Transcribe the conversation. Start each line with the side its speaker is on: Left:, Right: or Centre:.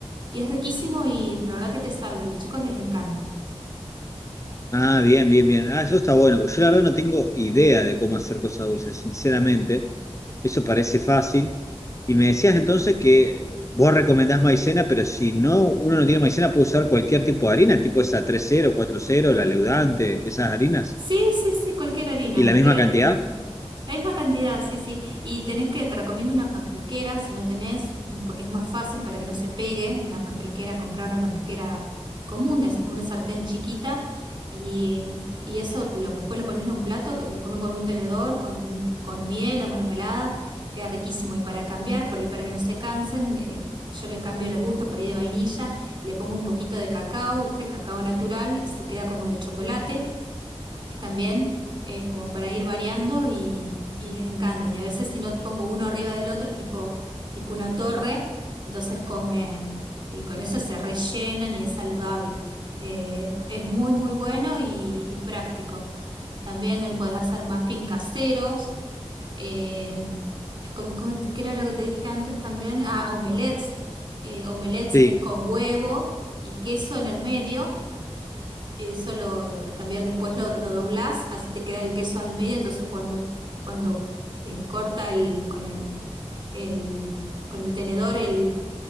Right: y es riquísimo y la verdad que te salva. A los chicos les encanta.
Left: Ah, bien, bien, bien. Ah, eso está bueno. porque Yo la verdad no tengo idea de cómo hacer cosas dulces, sinceramente. Eso parece fácil. Y me decías entonces que vos recomendás maicena, pero si no, uno no tiene maicena, puede usar cualquier tipo de harina, tipo esa tres cero cuatro cero la leudante, esas harinas.
Right: Sí, sí, sí, cualquier harina,
Left: ¿Y la
Right: cualquier
Left: misma
Right: harina.
Left: cantidad?
Right: La misma cantidad, sí, sí. Y tenés que, te recomiendo una panquequera, si no tenés, mm, porque es más fácil para que no se pegue una panquequera, comprar una panquequera común, es como una sartén chiquita, y, mm, y eso lo- después lo pones en un plato, que lo comen con un tenedor, con, mi- con miel o mermelada, queda riquísimo. Y para cambiar, por ahí para que no se cansen, eh, yo le cambio los gustos por ahí de vainilla, le pongo un poquito de cacao, viste, el cacao natural, y se queda como de chocolate también eh, como para ir variando y, y les encantan. Y a veces si no pongo uno arriba del otro, tipo, tipo una torre, entonces comen y con eso se rellenan y es saludable. Eh, es muy, muy bueno y, y práctico. También puedes hacer muffin caseros, eh, como, como- ¿qué era lo que te dije antes también? Ah, omelets. Eh, omelets
Left: Sí,
Right: es con huevo y queso en el medio eso lo también después lo, lo doblás, así te queda el queso al medio. Entonces cuando, cuando eh, corta el, con el, el- con el tenedor el,